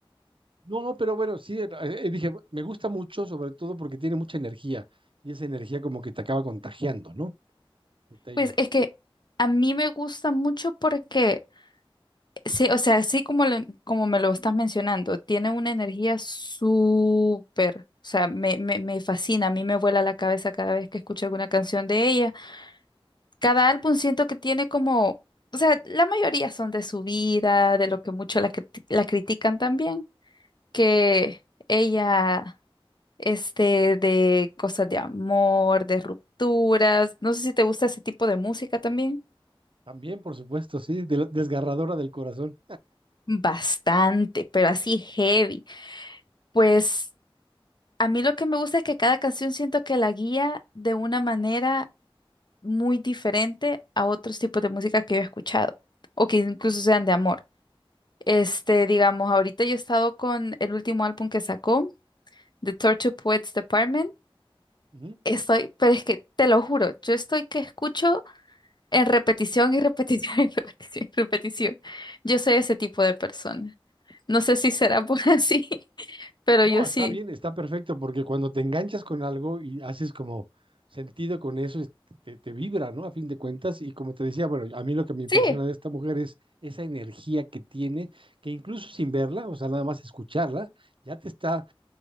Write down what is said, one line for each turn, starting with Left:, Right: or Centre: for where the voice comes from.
Right: No, pero bueno, sí, eh, eh, dije, me gusta mucho, sobre todo porque tiene mucha energía y esa energía como que te acaba contagiando, ¿no? De Taylor.
Left: Pues es que a mí me gusta mucho porque Sí, o sea, así como, lo- como me lo estás mencionando, tiene una energía súper, o sea, me, me, me fascina, a mí me vuela la cabeza cada vez que escucho alguna canción de ella. Cada álbum siento que tiene como, o sea, la mayoría son de su vida, de lo que mucho la, criti- la critican también, que ella, este, de cosas de amor, de rupturas, no sé si te gusta ese tipo de música también.
Right: También, por supuesto, sí, de la- desgarradora del corazón.
Left: Bastante, pero así heavy. Pues... A mí lo que me gusta es que cada canción siento que la guía de una manera muy diferente a otros tipos de música que yo he escuchado o que incluso sean de amor. Este, digamos, ahorita yo he estado con el último álbum que sacó, The Tortured Poets Department.
Right: Ujú.
Left: Estoy, pero es que te lo juro, yo estoy que escucho en repetición y repetición y <laughs> repetición y repetición. Yo soy ese tipo de persona. No sé si será por así, <laughs> pero
Right: No,
Left: yo sí.
Right: está bien, está perfecto porque cuando te enganchas con algo y haces como sentido con eso, es- te, te vibra, ¿no? A fin de cuentas, y como te decía, bueno, a mí lo que me impresiona
Left: Sí.
Right: de esta mujer es esa energía que tiene, que incluso sin verla, o sea, nada más escucharla, ya te está